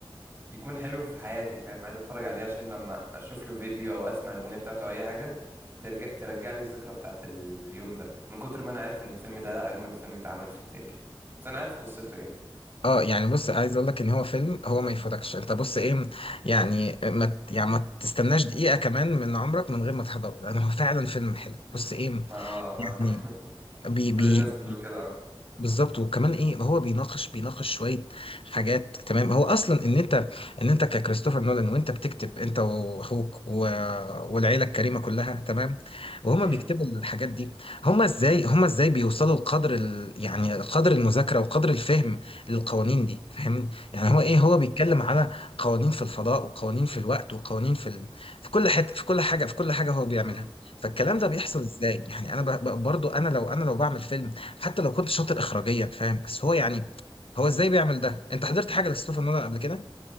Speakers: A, on the right; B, on the left.
A: يكون حلو في حياتي فاهم عايز اتفرج عليه عشان لما اشوف له فيديو او اسمع الاغنيه بتاعته او اي حاجه ترجع ترجع لي الذكرى بتاعت اليوم ده من كتر ما انا عارف ان الفيلم ده اجمد فيلم اتعمل في التاريخ بس انا عارف قصته يعني
B: اه يعني بص عايز اقول لك ان هو فيلم هو ما يفوتكش انت بص ايه يعني ما ت- يعني ما تستناش دقيقة كمان من عمرك من غير ما تحضره لان هو فعلا فيلم حلو بص ايه
A: ما اه ما
B: يعني
A: <laughs>
B: بي بي
A: كل الناس بتقول كده اه
B: بالظبط وكمان ايه هو بيناقش بيناقش شويه حاجات تمام هو اصلا ان انت ان انت ككريستوفر نولان وانت بتكتب انت واخوك و... والعيله الكريمه كلها تمام وهما
A: مم.
B: بيكتبوا الحاجات دي هما ازاي هما ازاي بيوصلوا لقدر ال... يعني قدر المذاكره وقدر الفهم للقوانين دي فاهمني يعني هو ايه هو
A: هو.
B: بيتكلم على قوانين في الفضاء وقوانين في الوقت وقوانين في ال... في كل حته في كل حاجه في كل حاجه هو بيعملها
A: مم.
B: فالكلام ده بيحصل ازاي يعني انا ب... ب- برضو انا لو انا لو بعمل فيلم حتى لو كنت شاطر اخراجيا فاهم بس هو يعني هو ازاي بيعمل ده انت حضرت حاجه لكريستوفر نولان قبل كده